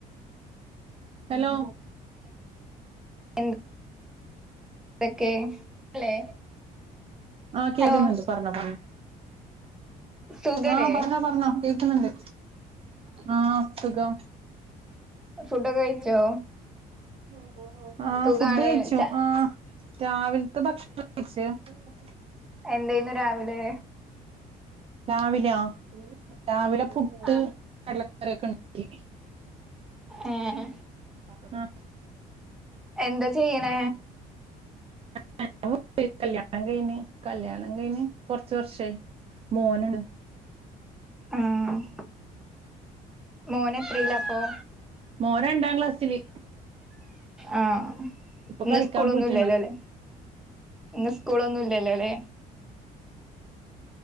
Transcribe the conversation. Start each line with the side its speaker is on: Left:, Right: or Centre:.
Right: ഹലോ
Centre: എന്ത്‌ തൊക്കെ ല്ലേ
Right: ആഹ് കേക്ക്‌ന്ന്ണ്ട്
Centre: ഹലോ
Right: പറഞ്ഞോ പറഞ്ഞോ
Centre: സുഖല്ലേ
Right: ആഹ് പറഞ്ഞോ പറഞ്ഞോ ക്ക്‌ന്ന്ണ്ട് ആഹ് സുഖം
Centre: ഫുഡ്ഒക്കെ കഴിച്ചോ
Right: ഉം ആഹ്
Centre: സുഖാണ്
Right: ഫുഡ് കയിച്ചു
Centre: ച
Right: ആ രാവിൽത്തെ ഭക്ഷണം കയിച്ച് ആ
Centre: എന്തായിന്നു രാവിലെ
Right: രാവിലെയോ രാവിലെ പു പുട്ട്
Centre: ആഹ്
Right: കടല അരക്കാണങ്കി
Centre: ഏഹ്
Right: ആഹ്
Centre: എന്താ ചെയ്യ്ണേ
Right: <unintelligible> കല്യാണം കഴിഞ് കല്യാണം കഴിഞ് കൊറച്ച് വർഷായി മോനാണ്
Centre: ആഹ് മോനെത്രേലാപ്പം
Right: മോൻ രണ്ടാം ക്ലാസില്
Centre: ആഹ് ഇന്ന്
Right: കളിക്കാൻ
Centre: സ്കൂളൊന്നുല്ലല്ലോലേ
Right: പോയിട്ടുണ്ട്
Centre: ഇന്ന് സ്കൂളൊന്നും ഇല്ലല്ലോ ലേ